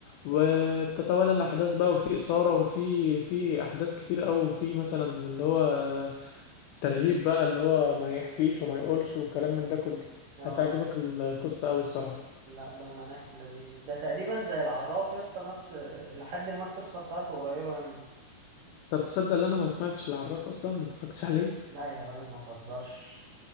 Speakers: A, on the left; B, on the right.
A: وبتتوالى الأحداث بقى وفي إثارة وفي في أحداث كتير أوي وفي مثلا اللي هو ترهيب بقى اللي هو ما يحكيش وما يقولش وكلام من ده كله
B: اه
A: هتعجبك القصة أوي الصراحة
B: لا باين عليها في اللذيذ ده تقريبا زي العراف يا اسطى نفس لحد ما القصة بتاعته قريبة منه
A: طب تصدق ان انا ما سمعتش العراف اصلا ما اتفرجتش عليه
B: لا يا راجل ما تهزرش